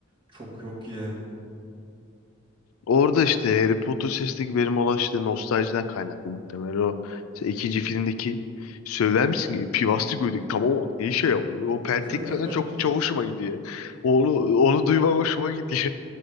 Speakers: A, on the right; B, on the left.
A: çok yok yani.
B: Orada işte Harry Potter sesindeki benim olan işte nostaljiden kaynaklı muhtemelen o işte ikinci filmdeki Söyler misin? Pivaslı gödek tamam bak ne işe yarıyor. O pentek
A: <laughs>
B: falan çok çok hoşuma gidiyor. Onu onu duymam hoşuma gidiyor.